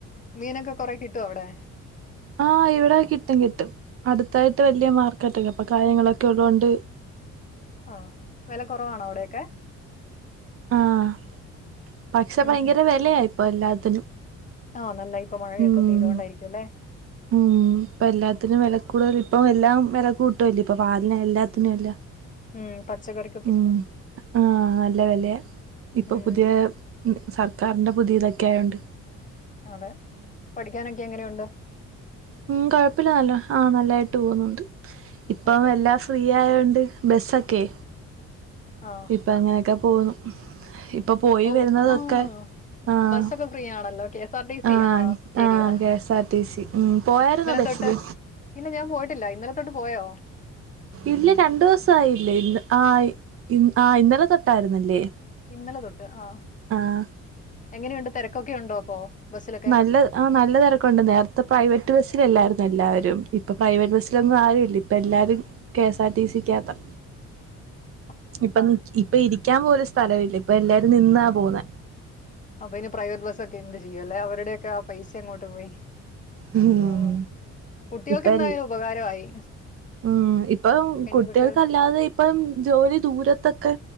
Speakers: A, on the left; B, on the right.
A: മീനൊക്കെ കൊറേ കിട്ടുവോ അവിടെ
B: ആഹ് ഇവിടെ കിട്ടും കിട്ടും അടുത്തായിട്ട്
A: ആ
B: വലിയ മാർക്ക് റ്റ് കപ്പ കാര്യങ്ങളൊക്കെ ഉള്ളതുകൊണ്ട്
A: ഹ വില കുറവാണോ അവിടെക്കെ
B: ആഹ് പക്ഷെ
A: ഉം
B: ഭയങ്കര വിലയായിപ്പോ എല്ലാത്തിനും
A: ആഹ് നല്ല ഇപ്പൊ മഴയൊക്കെെയ്തുകൊണ്ടായിരിക്കും
B: ഉം
A: അല്ലേ
B: ഉം ഇപ്പ എല്ലാത്തിനും വില കൂടുതൽ ഇപ്പൊ എല്ലാം വില കൂട്ടുംല്ലേ ഇപ്പൊ പാലിന് എല്ലാത്തിനും അല്ല
A: ഉം പച്ചക്കറി
B: ഉം ആ നല്ല വെലയ ഇപ്പൊ
A: ഉം
B: പുതിയ ഉം സർക്കാർന്റെ പുതിയതൊക്കെ ആയൊണ്ട്
A: അതെ പഠിക്കാനൊക്കെ എങ്ങനെ ഉണ്ട്
B: ഉം കോഴപ്പല്ല നല്ല ആ നല്ലായിട്ട് പോവുന്നുണ്ട് ഇപ്പം
A: ആഹാ
B: എല്ലാ ഫ്രീ ആയൊണ്ട് ബെസ്സൊക്കെ
A: ആ
B: ഇപ്പ അങ്ങനെയൊക്കെ പോവുന്നു ഇപ്പ പോയി
A: ഓ
B: വരുന്നതൊക്കെ
A: ആഹ്
B: ആഹ്
A: ബസ്സൊക്കെ ഫ്രീ ആണല്ലോ K S R T C
B: ആഹ്
A: ആ ശരിയ
B: ആഹ് K S R T C ഉം പോയായിരുന്നോ ബസ്സില്
A: തൊട്ട് ഇല്ല ഞാൻ പോയിട്ടില്ല ഇന്നലെ തൊട്ട് പോയോ
B: ഇല്ല രണ്ടു ദിവസായില്ലേ ഇന്ന് ആ ഇ ആ ഇന്നലെ തൊട്ടായിരുന്നല്ലേ
A: ഇന്നലെ തൊട്ട് ആ
B: ആഹ്
A: എങ്ങനെയുണ്ട് തെരക്കൊക്കെ ഉണ്ടോ അപ്പൊ ബസ്സിലൊക്കെ
B: നല്ലത് ആ നല്ല തെരക്കുണ്ട് നേര്ത്തെ പ്രൈവറ്റ് ബസ്സിലല്ലായിരുന്നൊ എല്ലാവരും ഇപ്പൊ പ്രൈവറ്റ് ബസ്സിലൊന്നും ആരുല്ല ഇപ്പ എല്ലാരും K S R T C ക്കകത്താ
A: <inaudible>
B: ഇപ്പൻ ഇപ്പ ഇരിക്ക്യാം പോലു സ്ഥലവില്ല ഇപ്പൊ എല്ലാരും നിന്നാ പോവുന്നെ
A: അപ്പ ഇനി പ്രൈവറ്റ് ബസ്സൊക്കെ എന്ത് ചെയ്യുവല്ലേ അവരുടെയൊക്കെ ആ പൈസ എങ്ങോട്ട് പോയി
B: ഉം
A: ആഹ് കുട്ടികൾക്ക്
B: ഇപ്പൽ
A: എന്തായാലും ഉപകാരമായി
B: ഉം ഇപ്പം
A: പെൺകുട്ടികൾക്ക്
B: കുട്ടികൾക്കല്ലാതെ ഇപ്പം ജോലി ദൂരത്തക്ക